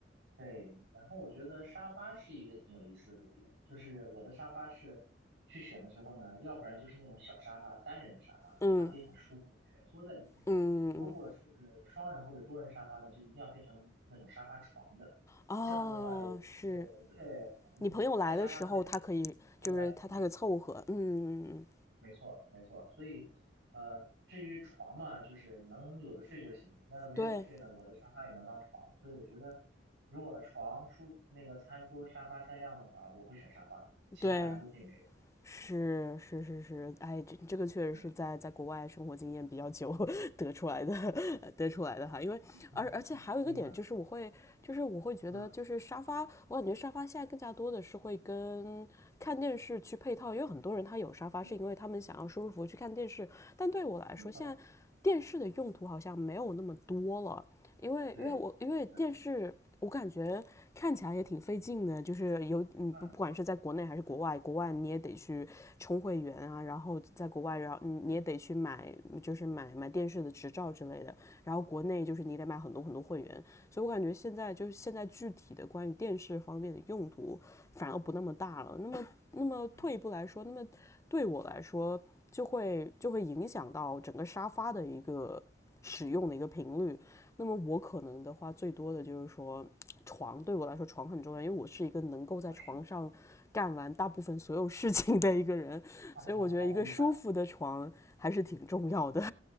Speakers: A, on the right (about 85°); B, on the left (about 15°).
A: 对，然后我觉得沙发是一个挺有意思的点，就是我的沙发是去选的时候呢，要不然就是那种小沙发，单人的沙发，
B: 嗯
A: 它可以很舒服的蜷缩在里面；
B: 嗯嗯
A: 如果是双人或者多人沙发呢，就一定要变成那种沙发床的。
B: 嗯，
A: 这样子的话，有的时候对你在沙发上面看书，
B: 啊，是你朋友来的时候，他可以就是他他可以凑合，
A: 后来可以
B: 嗯嗯嗯，嗯
A: 没错，没错。所以，呃，至于床嘛，就是能有的睡就行。那没有的睡呢，
B: 对
A: 我的沙发也能当床。所以我觉得，如果床、书、那个餐桌、沙发三样的话，我会选沙发，其他两样都可以没有。
B: 对是是是是，哎，这这个确实是在在国外生活经验比较久
A: 对，
B: <laughs> 得出来的，<laughs> 得出来的哈。因为而而且还有一个点就是，
A: 你你你呢？
B: 我会就是我会觉得就是沙发，
A: 嗯，
B: 我感觉沙发现在更加多的是会跟看电视去配套，因为很多人他有沙发是因为他们想要舒舒服服去看电视，
A: 对，
B: 但对我来说，
A: 没错，
B: 现在电视的用途好像没有那么多了。因为因为我因为电视我感觉看起来也挺费劲的，
A: 对对，
B: 就是有你不不管是在国内还是国外，
A: 嗯
B: 国外你也得去充会员啊，然后在国外，然后你也得去买，
A: 对，
B: 就是买买电视的执照之类的，然后国内就是你得买很多很多会员，所以我感觉现在就是现在具体的关于电视方面的用途反而不那么大了。那么那么退一步来说，
A: 嗯，
B: 那么对我来说就会就会影响到整个沙发的一个使用的一个频率。那么我可能的话，最多的就是说，床对我来说床很重要，因为我是一个能够在床上干完大部分所有事情的一个人，
A: 啊是，好好好厉害。
B: 所以我觉得一个舒服的床还是挺重要的。